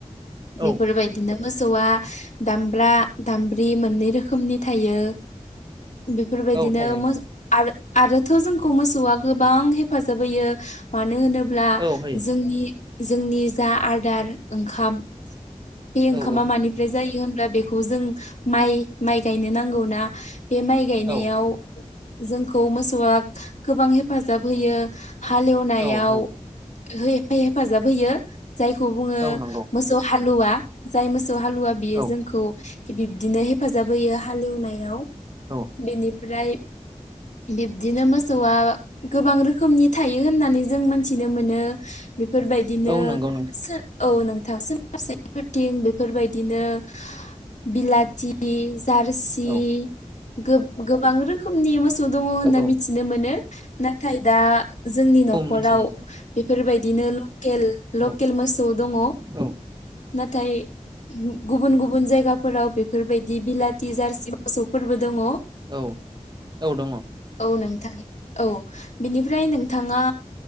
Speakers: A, on the left; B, on the right.
A: बेफोरबायदिनो।
B: औ
A: मोसौआ दामब्रा दामब्रि मोननै रोखोमनि थायो। बेफोरबायदिनो
B: औ थायो नोंथां
A: मोस आरो आरोथ' जोंखौ मोसौआ गोबां हेफाजाब होयो मानो होनो ब्ला
B: औ होयो
A: जोंनि जोंनि जा आदार ओंखाम बे ओंखामा
B: औ औ
A: मानिफ्राय जायो होनब्ला बेखौ जों माइ माइ गायनो नांगौना बे माइ गायनायाव
B: औ
A: जोंखौ मोसौआ गोबां हेफाजाब होयो। हालेवनायाव
B: औ होयो
A: हेफ-हेफाजाब होयो जायखौ बुङो
B: औ नंगौ
A: मोसौ हा लुवा जाय मोसौ हालुवा बियो
B: औ
A: जोंखौ बिब्दिनो हेफाजाब होयो हालेवनायाव।
B: औ
A: बेनिफ्राय बिब्दिनो मोसौआ गोबां रोखोमनि थायो होननानै जों मोनथिनो मोनो। बेफोरबायदिनो
B: औ नंगौ नोंथां
A: सो औ नोंथां <unintelligible> बेफोरबायदिनो। बिलाथि जारसि
B: औ
A: गोब गोबां रोखोमनि मोसौ दङ होनना
B: औ औ
A: मिथिनो मोनो नाथाय दा जोंनि न'खराव
B: औ मिथिगौ नोंथां
A: बेफोरबायदिनो लकेल लकेल
B: औ
A: मोसौ दङ
B: औ
A: नाथाय गुबुन गुबुन जायगाफोराव बेफोरबायदि बिलाथि जारसि मोसौफोरबो दङ।
B: औ औ दङ
A: औ नोंथां औ बिनिफ्राय नोंथाङा